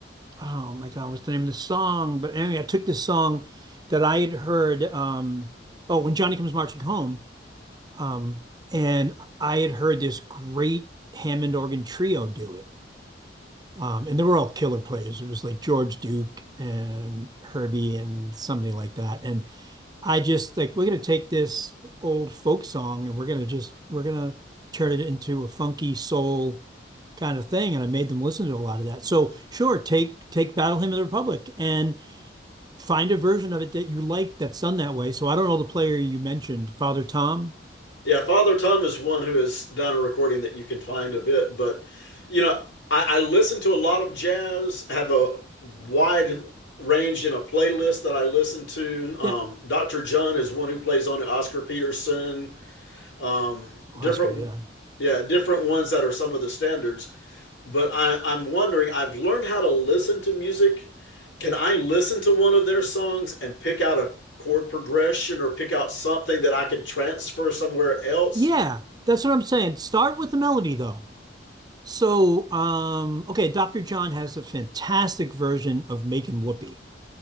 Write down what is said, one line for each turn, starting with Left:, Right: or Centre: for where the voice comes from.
Right: oh my God, what's the name of the song? But anyway, I took this song that I had heard um oh, When Johnny Comes Marching Home Um, and I had heard this great Hammond organ trio do it. Um, and they were all killer players. It was like George Duke and Herbie and somebody like that. And I just like, we're going to take this old folk song and we're going to just, we're going to turn it into a funky soul kind of thing. And I made them listen to a lot of that. So sure, take, take Battle Hymn of the Republic and find a version of it that you like that's done that way. So I don't know the player you mentioned, Father Tom.
Left: Yeah, Father Tom is one who has done a recording that you can find of it. But, you know, I, I listen to a lot of jazz, have a wide range in a playlist that I listen to. Um,
Right: Yeah.
Left: Dr. John is one who plays on it, Oscar Peterson, um,
Right: Oscar.
Left: different,
Right: Yeah.
Left: yeah, different ones that are some of the standards. But I, I'm wondering, I've learned how to listen to music. Can I listen to one of their songs and pick out a chord progression or pick out something that I could transfer somewhere else
Right: Yeah, that's what I'm saying. Start with the melody though. So, um, okay, Dr. John has a fantastic version of Making Whoopee.